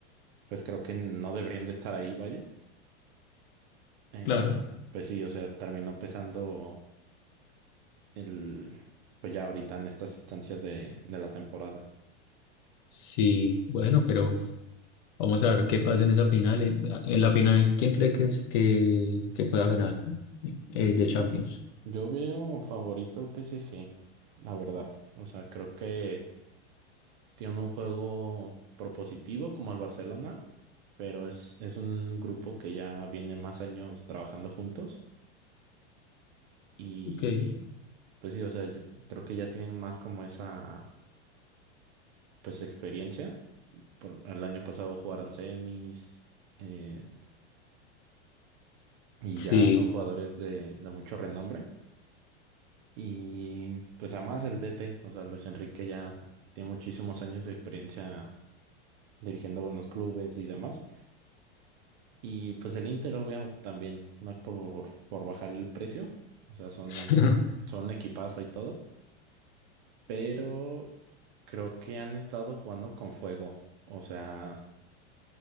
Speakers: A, on the right (about 45°); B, on the left (about 45°).
A: pues creo que no deberían de estar ahí, vaya. Eh,
B: claro.
A: pues sí, o sea, terminó pesando el, pues ya ahorita en estas instancias de, de la temporada.
B: Sí, bueno, pero vamos a ver qué pasa en esa final. En, en la final, ¿quién cree que, es, que, que pueda ganar eh, de Champions?
A: Yo veo favorito al PSG, la verdad. O sea, creo que tiene un juego propositivo como el Barcelona, pero es, es un grupo que ya viene más años trabajando juntos y
B: Ok,
A: Pues sí, o sea, ya- creo que ya tienen más como esa, pues, experiencia. Por, el año pasado jugaron semis eh, y
B: sí.
A: ya son jugadores de, de mucho renombre. Y pues además el DT, o sea, Luis Enrique ya tiene muchísimos años de experiencia dirigiendo buenos clubes y demás. Y pues el Inter, obvio, también no es por, por bajar el precio, o sea, son,
B: <laughs>
A: son equipazo y todo, pero creo que han estado jugando con fuego, o sea...